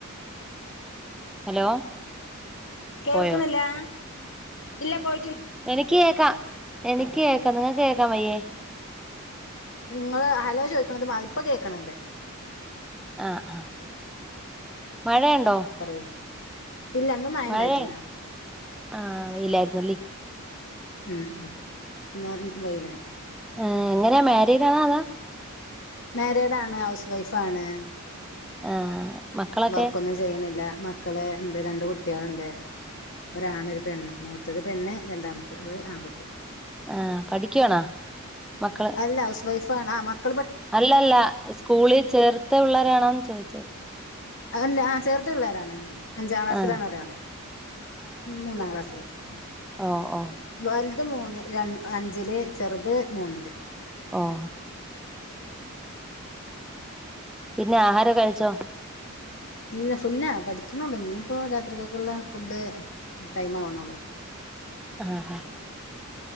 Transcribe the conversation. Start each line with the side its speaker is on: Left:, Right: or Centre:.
Centre: ഹലോ
Left: കേൾക്ക്ണില്ലാ
Centre: പോയോ
Left: ഇല്ല പോയിട്ടില്ല
Centre: എനിക്ക് കേക്കാം എനിക്ക് കേക്കാം നിങ്ങൾ കേക്കാം വയ്യേ
Left: ഇങ്ങള് ഹലോ ചോയ്ക്കണത് മാ ഇപ്പൊ കേക്കണണ്ടേ
Centre: ആഹ് ആഹ് മഴയുണ്ടോ
Left: പറയൂ ഇല്ല ഇന്ന് മഴ
Centre: മഴയ്ണ്ട
Left: ഉണ്ടായിട്ടില്ല
Centre: ആഹ് വെയിലായിരുന്നല്ലേ
Left: ഉം ഉം ഇന്ന് വെയിലായിരുന്നു.
Centre: ആഹ് എങ്ങനെയാ മാരീഡാണോ അതോ?
Left: മാരീഡാണ് ഹൗസ് വൈഫാണ്
Centre: ആഹ് മക്കളൊക്കെ
Left: വർക്കൊന്നും ചെയ്യണില്ല മക്കള് ഇണ്ട് രണ്ട് കുട്ട്യാളുണ്ട് ഒരാണ് ഒരു പെണ്ണും മൂത്തത് പെണ്ണ് രണ്ടാമത്തത് ആൺകുട്ടി.
Centre: ആഹ് പഠിക്കുവാണോ മക്കള്
Left: അല്ല ഹൗസ് വൈഫാണ് ആ മക്ക
Centre: അല്ലല്ല സ്കൂളി ചേർത്ത പിള്ളേരാണോന്ന് ചോദിച്ചത്
Left: അല്ല ആ ചേർത്ത പിള്ളേരാണ് അഞ്ചാം ക്ലാസ്സിലാണ്
Centre: ആഹ്
Left: ഒരാള് മൂന്നാം ക്ലാസ്സില് ഉണ്ട്
Centre: ഓ ഓ
Left: വലുത് മൂന്ന് ര അഞ്ചില് ചെറ്ത് മൂന്നില്
Centre: ഓഹ് പിന്നെ ആഹാരോകെ കഴിച്ചോ
Left: ഇല്ല ഫുന്നാ പഠിക്കണൊള്ളൂ ഇനിയിപ്പോ രാത്രികേക്കുള്ള ഫുഡ് ടൈം ആവണള്ളൂ.
Centre: ആ ഹാ